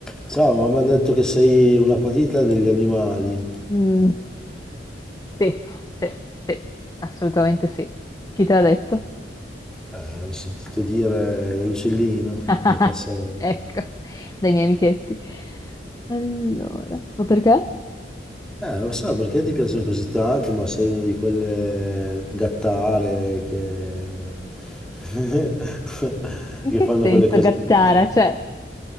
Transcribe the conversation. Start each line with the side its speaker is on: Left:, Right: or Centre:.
Centre: Ciao, ma mi hanno detto che sei una patita degli animali.
Left: Mm, sì, sì, sì, assolutamente sì. Chi te l'ha detto?
Centre: Eh, l'ho sentito dire dall'uccellino
Left: <laughs>
Centre: che passava.
Left: Ecco, dai miei amichetti. Allora, ma perché?
Centre: Eh, non so perché ti piacciono così tanto, ma sei una di quelle gattare che, <laughs>
Left: In
Centre: che
Left: che
Centre: fanno
Left: senso
Centre: quelle cose.
Left: gattara?
Centre: Non so.
Left: Cioè,